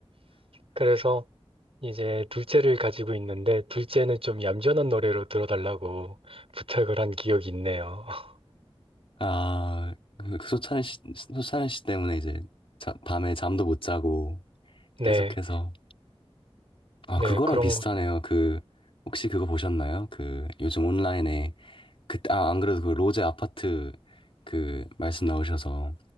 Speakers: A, on the right; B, on the left.
A: 그래서 이제 둘째를 가지고 있는데 둘째는 좀 얌전한 노래로 들어달라고 <laughs> 부탁을 한 기억이 있네요. <laughs>
B: 아, 그, 그 소찬이 씨, 소찬이 씨 때문에 이제 자- 밤에 잠도 못 자고
A: 네,
B: 계속해서. 아,
A: 네,
B: 그거랑
A: 그런
B: 비슷하네요.
A: 것.
B: 그, 혹시 그거 보셨나요? 그, 요즘 온라인에, 그, 아, 안 그래도 그 로제 아파트 그 말씀 나오셔서